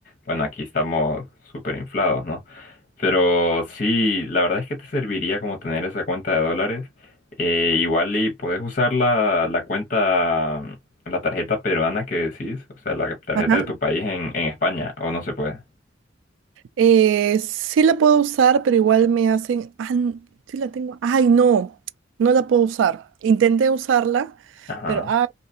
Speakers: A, on the left; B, on the right.
A: bueno, aquí estamos súper inflados, ¿no? Pero sí, la verdad es que te serviría como tener esa cuenta de dólares. Eh, igual y puedes usar la, la cuenta, la tarjeta peruana que decís, o sea, la tarjeta
B: Ajá.
A: de tu país en, en España, o no se puede.
B: Eh, sí la puedo usar, pero igual me hacen, ah, n- sí la tengo, ay, no, no la puedo usar. Intenté usarla,
A: Ajá.
B: pero ay,